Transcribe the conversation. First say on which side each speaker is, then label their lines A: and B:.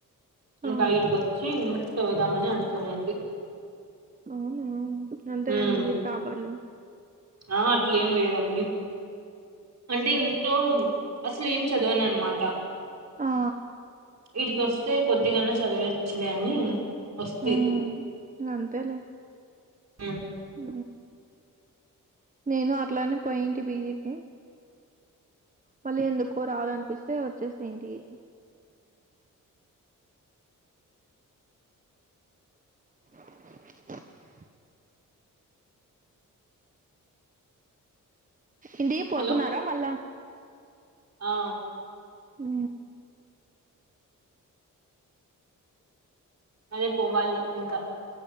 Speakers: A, on the right; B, on the right.
A: ఇంక
B: ఆ
A: ఇటికి వచ్చి చెబుదామని అనుకునింటి
B: అవునా అంతే
A: ఉమ్
B: అండి మీరు టాపర్లు
A: ఆ అట్లేం లేదండి అంటే ఇంట్లో అసలు ఏం చదవననమాట
B: ఆ
A: ఈటికి వస్తే కొద్ది గన్నా చదివెయచ్చలే అని వస్తి
B: మ్మ్ అంతేలే
A: ఉ
B: ఉ నేను అట్లనే పోయింటి పిజీకి మళ్ళీ ఎందుకు రావాలనిపిస్తే వచ్చేస్తి ఇంటికి <inaudible> ఇంటికి పోతున్నారా
A: హలో
B: మళ్ళా
A: ఆ
B: ఊ
A: అదే పోవాలి ఇంకా